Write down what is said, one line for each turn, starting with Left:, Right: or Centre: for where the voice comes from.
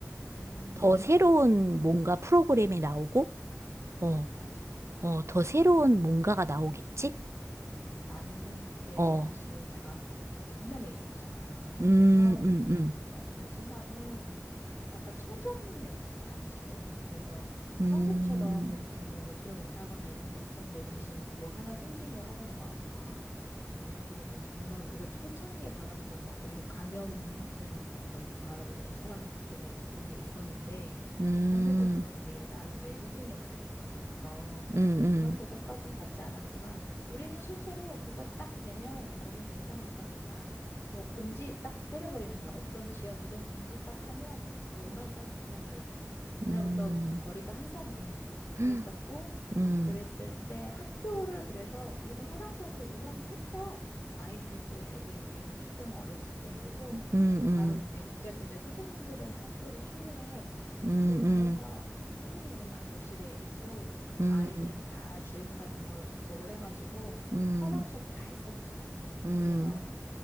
Left: 음,
Right: 더 새로운 뭔가 프로그램이 나오고, 어,
Left: 맞아.
Right: 어, 더 새로운 뭔가가 나오겠지?
Left: 나는 그때
Right: 어,
Left: 사실 내가 베트남에 있었잖아.
Right: 음,
Left: 그래서
Right: 음, 음,
Left: 어, 베트남은 약간 청정이었어, 그 당시에. 그래서
Right: 음,
Left: 한국처럼 이렇게 뭐 외출을 못하거나 이런 게 없었는데 대신 뭐 하나 생기면 막 <gasps> 뭐라 그래야 돼. 정말 우리가 초창기에 바라보던 막 이거 감염균 막 이렇게 바라보듯이 사람을 그렇게 보고 그런 게 있었는데
Right: 음,
Left: 상대적으로 이제 나는 외국인이었으니까 거기서
Right: 음,
Left: 그런 대접까진 받지 않았지만 우리는 실제로 그거 딱 되면 거기 공산국가니까 뭐 금지 딱 때려버리는 거야. 어떤 지역 이동 금지 딱 하면 못 나가 사람들이 그냥. 그날부터
Right: 음,
Left: 거리가 한산해. 그랬었고
Right: 음, 음,
Left: 그랬을 때 학교를 그래서 우리는 화상 수업을 1년 했어. 아이들이 그 애들이 우리 애들 초등 어렸을 때인데도
Right: 음, 음, 음,
Left: 바로 이제 국제학교인데 선생님들은 학교를 출근을 해.
Right: 음,
Left: 출근을
Right: 음.
Left: 해서 선생님들만 교실에 있고
Right: 음,
Left: 아이들은 다 줌 같은 거로 접속을 해가지고
Right: 음,
Left: 화상 수업 다 했었지.
Right: 음,
Left: 그래서